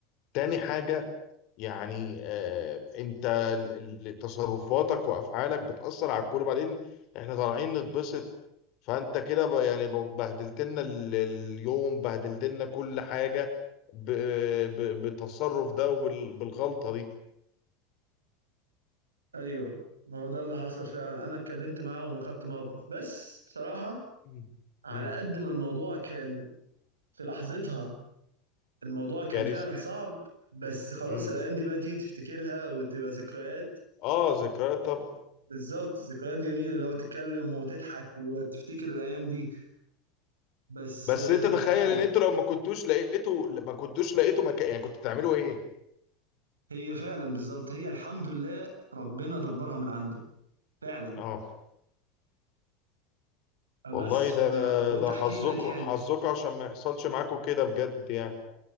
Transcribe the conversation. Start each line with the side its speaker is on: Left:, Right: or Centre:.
Left: تاني حاجه يعني آه، انت ال- ال- تصرفاتك وافعالك بتاثر على الكل وبعدين احنا طالعين نتبسط فانت كده ب- يعني ب- بهدلت لنا ال- اليوم بهدلت لنا كل حاجه ب- ب- بالتصرف ده وبالغلطه دي
Right: ايوه ما هو ده اللي حصل فعلا انا اتكلمت معاهم وخدت موقف بس بصراحه
Left: مم.
Right: على
Left: مم.
Right: قد ما الموضوع كان في لحظتها الموضوع كان
Left: كارثه
Right: فعلا صعب بس خلاص
Left: مم.
Right: الايام دي بقى تيجي تفتكرها وتبقى ذكريات
Left: اه ذكريات طبعا
Right: بالظبط ذكريات جميلة اللي هو تتكلم وتضحك وتفتكر الأيام دي بس
Left: بس
Right: آه،
Left: انت تخيل
Right: فعلا
Left: ان انتوا لو ما كنتوش لقيتوا ما كنتوش لقيتوا مكان يعني كنتوا تعملوا ايه
Right: هي فعلا بالظبط هي الحمد لله ربنا دبرها من عنده فعلا
Left: اه
Right: فبس
Left: والله ده
Right: فقلت
Left: ده
Right: أحكي
Left: حظكم
Right: لك يعني
Left: حظكم عشان ما يحصلش معاكم كده بجد يعني